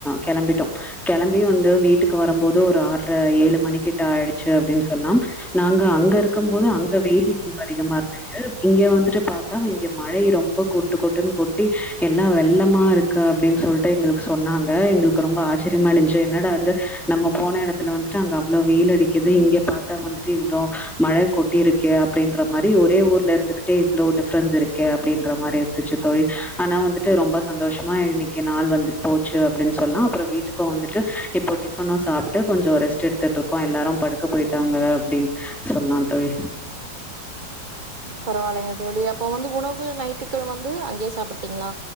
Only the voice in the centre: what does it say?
கெளம்பிட்டோ கெளம்பி வந்து வீட்டுக்கு வரும்போது ஒரு ஆறர ஏழு மணிக்கிட்ட ஆயிருச்சு அப்டின்னு சொல்லலாம் நாங்க அங்க இருக்கும் போது அங்க வெயில் ரொம்ப அதிகமா இருந்து து இங்க வந்துட்டு பாத்தா இங்க மழை ரொம்ப கொட்டு கொட்டுன்னு கொட்டி எல்லா வெள்ளமா இருக் கு அப்டின் சொல்ட்டு எங்களுக்கு சொன்னாங்க எங்களுக்கு ரொம்ப ஆச்சரியமா இருந்ச்சு என்னடா வந்து நம்ம போன எடத்துல வந்துட்டு அங்க அவ்ளோ வெயில் அடிக்குது இங்க பாத்தா வந்துட்டு இவ்ளோ மழ கொட் டிருக்கே அப்டின்ற மாரி ஒரே ஊர்ல இருந்துக்கிட்டே இவ்ளோ டிஃப்ரன்ஸ் இருக்கே அப்டின்ற மாரி இருந்துச்சு தோழி ஆனா வந்துட்டு ரொம்ப சந்தோஷமா இன்னைக்கி நாள் வந்து போச்சு அப்டின்னு சொல்லலா அப்புற வீட்டுக்கு வந்துட்டு இ ப்போ டிஃபனு சாப்ட்டு கொஞ்சோ ரெஸ்ட் எடுத்துட்ருக்கோ எல்லாரு படுக்க போயிட்டாங்க அப்டின்னு சொல்லாந் தோழி